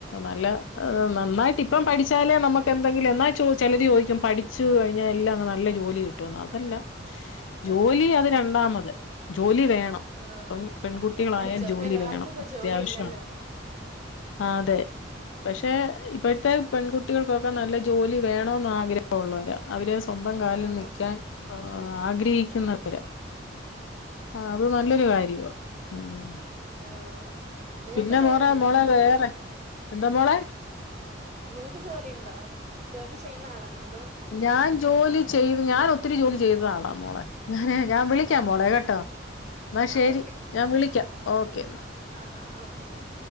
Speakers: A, on the left; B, on the right.
A: നല്ല
B: ആഹ്
A: നന്നായിട്ടി പ്പം പഠിച്ചാലേ നമുക്ക് എന്തങ്കിലും എന്നാ ചോ ചെലര് ചോദിക്കും പഠിച്ചു കഴിഞ്ഞാ എല്ലാം അങ്ങ് നല്ല ജോലി കിട്ടുമെന്ന് അതല്ല. ജോലി
B: ആഹ്
A: അത് രണ്ടാമത് ജോലി വേണം.
B: ആഹ്
A: ഇപ്പം പെൺകുട്ടികളായാൽ
B: പഠിച്ചോർക്ക്
A: ജോ
B: എല്ലാർക്കും
A: ലി വേണം
B: ഇപ്പൊ
A: അത്യാവശ്യാണ്
B: ജോലി ഇല്ലല്ലോ
A: ആഹ് അതെ. പക്ഷെ ഇപ്പഴ്ത്തെ പെൺകുട്ടികൾക്കൊക്കെ നല്ല ജോലി വേണോന്ന് ആഗ്ര ഹ ഉള്ളവരാ. അവര് സ്വന്തം കാലിൽ
B: ആഹ്
A: നിക്കാൻ ആഗ്രഹിക്കുന്നവരാ. ആഹ് അത് നല്ലൊരു കാര്യവാ ഉം.
B: ആഹ് ആഹ്. നിങ്ങൾക്ക്
A: പിന്നെ
B: ജോലി
A: മോറെ
B: ഉണ്ടോ
A: മോളെ വേറെ എന്താ മോളെ
B: നിങ്ങൾക്ക് ജോലി ഇണ്ടോ ജോലി ചെയ്യുന്ന ആളാണോ അതോ.
A: ഞാൻ ജോലി ചെയ്ത് ഞാൻ ഒത്തിരി ജോലി ചെയ്തതാണ് മോളെ. ഞാന് ഞാൻ വിളി വിളിക്കാം മോളെ കേട്ടോ
B: ഏഹ്
A: എന്നാ ശരി
B: ആഹ് ഓക്കെ
A: ഞാൻ വിളിക്കാം ഓക്കെ എന്നാ
B: ആഹ് ആഹ് ഓക്കേ ഓക്കേ